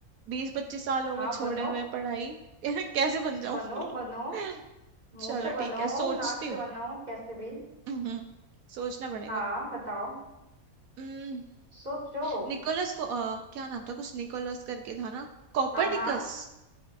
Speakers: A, on the right; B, on the right.
A: बीस पच्चीस साल हो
B: हाँ
A: गए छोड़े
B: बनो
A: हुए पढ़ाई <laughs> कैसे बन जाऊं
B: बनो बनो
A: <laughs>
B: मुंह
A: चलो
B: से बनो
A: ठीक है सोचती
B: नाक
A: हूँ
B: से बनो कैसे भी
A: हम्म, सोचना पड़ेगा
B: हाँ बताओ
A: हम्म,
B: सोचो
A: निकोलस को अ, क्या नाम था कुछ निकोलस करके था ना कोपरनिकस
B: हाँ हाँ